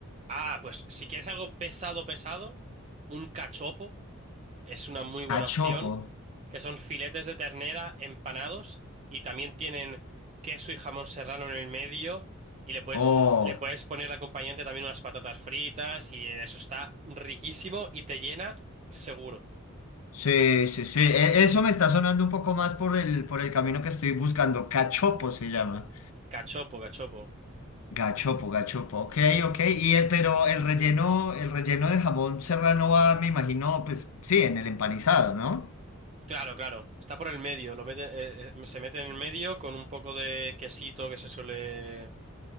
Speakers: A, on the right; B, on the left.
A: Ah, pues si quieres algo pesado, pesado, un cachopo es una muy buena
B: A chopo.
A: opción, que son filetes de ternera empanados y también tienen queso y jamón serrano en el medio y le puedes,
B: Oh.
A: le puedes poner de acompañante también unas patatas fritas y eso está riquísimo y te llena seguro.
B: Sí, sí, sí. E- Eso me está sonando un poco más por el, por el camino que estoy buscando. Cachopo se llama.
A: Cachopo, cachopo.
B: Gachopo, gachopo. Ok, ok. Y el- pero el relleno, el relleno de jamón serrano va, me imagino, pues sí, en el empanizado, ¿no?
A: Claro, claro. Está por el medio. Lo meten- eh, eh, se mete en el medio con un poco de quesito que se suele